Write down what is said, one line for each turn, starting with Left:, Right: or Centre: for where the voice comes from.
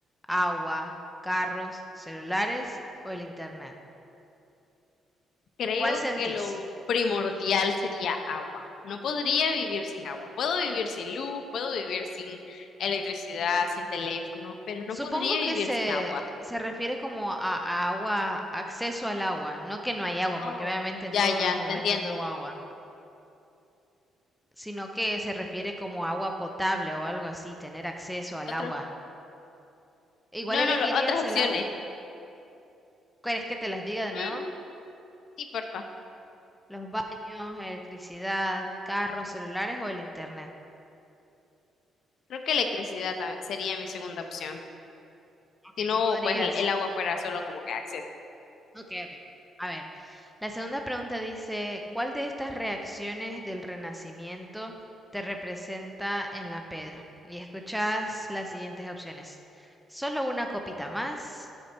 Centre: agua, carros, celulares o el internet.
Left: Creo
Centre: ¿Cuál sentís?
Left: que lo primordial sería agua. No podría vivir sin agua. Puedo vivir sin luz, puedo vivir sin electricidad, sin teléfono, pero no
Centre: Supongo
Left: podría
Centre: que
Left: vivir
Centre: se,
Left: sin agua.
Centre: se refiere como a, a agua, acceso al agua, no que no hay agua, porque
Left: Oh.
Centre: obviamente en
Left: Ya,
Centre: todos
Left: ya,
Centre: los momentos
Left: te entiendo.
Centre: hubo agua, sino que se refiere como agua potable o algo así, tener acceso al
Left: Otro.
Centre: agua. Igual
Left: No,
Centre: elegirías
Left: no, lo- otras opciones.
Centre: el agua. ¿Quieres que te las diga de
Left: Mm,
Centre: nuevo?
Left: sí, porfa.
Centre: Los baños, electricidad, carros, celulares o el internet.
Left: Creo que electricidad tam- sería mi segunda opción.
Centre: Ok,
Left: Si no,
Centre: no podrías.
Left: pues el el agua fuera solo como que acceso.
Centre: Ok, ok. A ver, la segunda pregunta dice, ¿cuál de estas reacciones del Renacimiento te representa en la peda? Y escuchas las siguientes opciones. Solo una copita más,